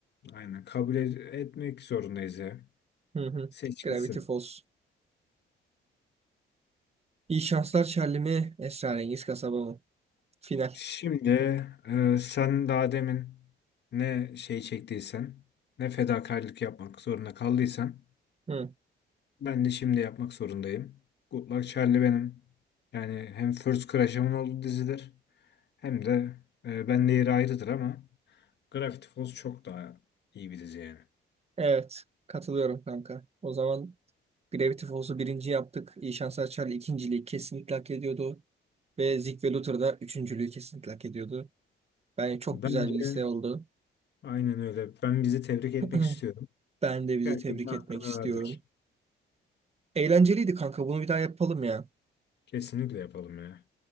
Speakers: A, on the left (about 60°); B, on the right (about 30°).
A: Aynen kabul ed- etmek zorundayız ya.
B: Hı hı.
A: Seç
B: Gravity
A: gitsin.
B: Falls. İyi şanslar Charlie mi? Esrarengiz Kasaba mı? Final.
A: Şimdi e, sen daha demin ne şey çektiysen, ne fedakarlık yapmak zorunda kaldıysan
B: Hı.
A: ben de şimdi yapmak zorundayım. Good Luck Charlie benim yani hem First Crush'ımın olduğu dizidir hem de e, ben de yeri ayrıdır ama Gravity Falls çok daha iyi bir dizi yani.
B: Evet, katılıyorum kanka. O zaman Gravity Falls'u birinci yaptık. İyi Şanslar Charlie ikinciliği kesinlikle hak ediyordu. Ve Zig ve Luther da üçüncülüğü kesinlikle hak ediyordu. Bence çok
A: Bence
B: güzel bir liste oldu.
A: aynen öyle. Ben bizi tebrik etmek
B: <clears throat>
A: istiyorum.
B: Ben de bizi
A: Gerçekten
B: tebrik
A: hakkını
B: etmek istiyorum.
A: verdik.
B: Eğlenceliydi kanka. Bunu bir daha yapalım ya.
A: Kesinlikle yapalım ya.